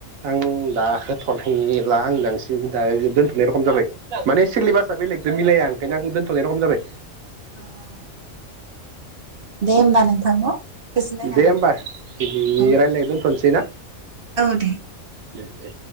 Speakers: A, on the right; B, on the right.
A: आं दाहोथनाय ला आं दोंसिन दा दोनथनाय रखम जाबाय माने। सिलिबासा बेलेगखदों मिलाया ओंखायनो आं दोनथनाय रखम जाबाय।
B: ओ अ। दे होमबा नोंथां न गोजोननाय थाबाय
A: दे ओमबा बिनि
B: औ
A: रायलाय दोनथ'सै ना।
B: औ दे
A: दे दे।